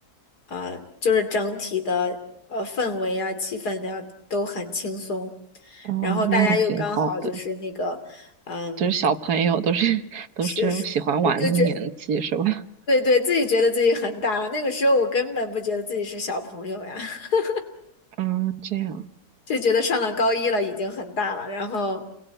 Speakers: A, on the left; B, on the right.
A: 啊、就是整体的呃氛围啊、气氛呀、都很轻松，
B: 哦，
A: 然后大家又刚好就是那个，
B: 那样挺好的。
A: 嗯，
B: 就是小朋友都是 <laughs> 都是喜欢玩的年纪，
A: 是是，呃就觉
B: 是吧？
A: 对对，自己觉得自己很大了。那个时候我根本不觉得自己是小朋友呀，<laughs>
B: 嗯，这样
A: 就觉得上了高一了已经很大了。然后